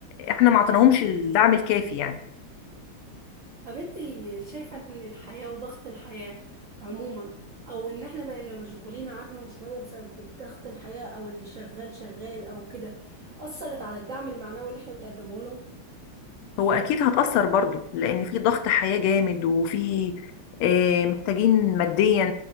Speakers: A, on the left (about 80°); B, on the right (about 55°).
A: احنا ما عطيناهمش الدعم الكافي يعني
B: طب انت شايفة ان الحياة وضغط الحياة عموما او ان احنا بقينا مشغولين عنهم شوية بسبب ضغط الحياة او اللي شغال شغال او كده اثرت على الدعم المعنوي اللي احنا بنقدمه لهم
A: هو اكيد هتأثر برضو لان في ضغط حياه جامد وفي آه، محتاجين ماديا